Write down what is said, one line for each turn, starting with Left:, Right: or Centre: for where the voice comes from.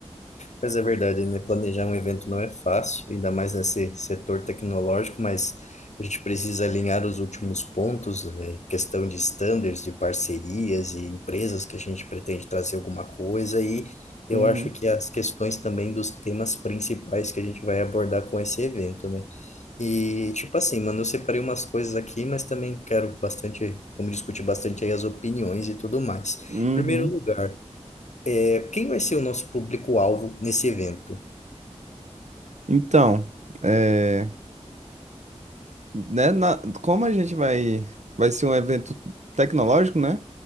Left: Mas é verdade, né? Planejar um evento não é fácil, ainda mais nesse setor tecnológico, mas a gente precisa alinhar os últimos pontos, né? Questão de standards, de parcerias e empresas que a gente pretende trazer alguma coisa. E eu
Right: Uhum,
Left: acho que as questões também dos temas principais que a gente vai abordar com esse evento, né? E, tipo assim, mano, eu separei umas coisas aqui, mas também quero bastante, vamos discutir bastante aí as opiniões e tudo mais.
Right: uhum.
Left: Em Primeiro lugar, é, quem vai ser o nosso público-alvo nesse evento?
Right: Então, é, né, na- como a gente vai, vai ser um evento tecnológico, né,